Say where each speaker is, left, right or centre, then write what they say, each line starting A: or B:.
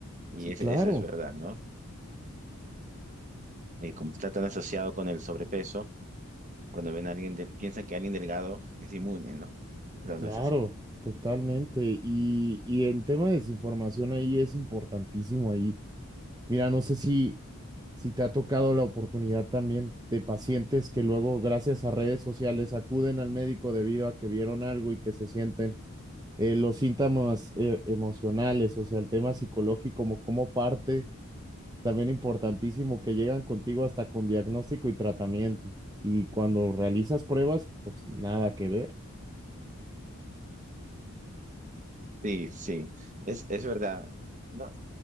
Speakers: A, on the right (about 35°); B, on the right (about 15°).
A: Y
B: Sí,
A: ese-
B: claro,
A: eso es verdad, ¿no? Eh, como está tan asociado con el sobrepeso, cuando ven a alguien, del- piensan que alguien delgado es inmune, ¿no? Pero
B: claro,
A: no es así.
B: totalmente. Y, y el tema de desinformación ahí es importantísimo ahí. Mira, no sé si, si te ha tocado la oportunidad también de pacientes que luego, gracias a redes sociales, acuden al médico debido a que vieron algo y que se sienten eh, los síntomas eh, emocionales, o sea, el tema psicológico como, como parte también importantísimo que llegan contigo hasta con diagnóstico y tratamiento. Y cuando realizas pruebas, pues nada que ver.
A: Sí, sí, es, es verdad. No,